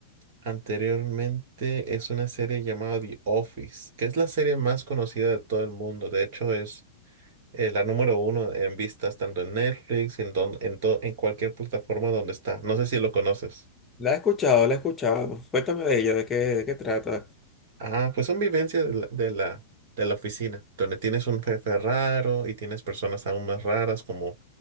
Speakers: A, on the right; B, on the left.
A: Anteriormente es una serie llamada The Office, que es la serie más conocida de todo el mundo. De hecho, es eh, la número uno en vistas tanto en Netflix y en, don- en, to- en cualquier plataforma donde está. No sé si lo conoces.
B: La he escuchado, la he escuchado. Cuéntame de ella, de qué, de qué trata.
A: Ah, pues son vivencias de la, de la, de la oficina, donde tienes un jefe raro y tienes personas aún más raras como,